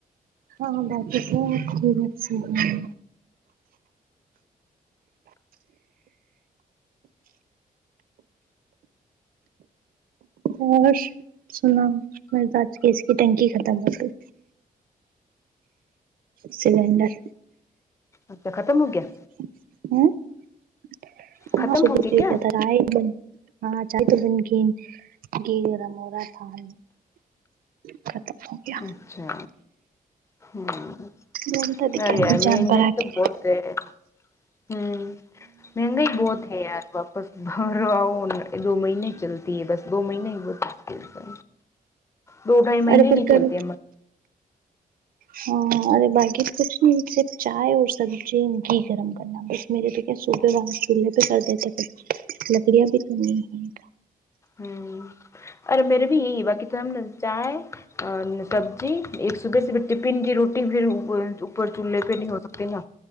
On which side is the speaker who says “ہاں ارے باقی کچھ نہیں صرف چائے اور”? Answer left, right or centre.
Right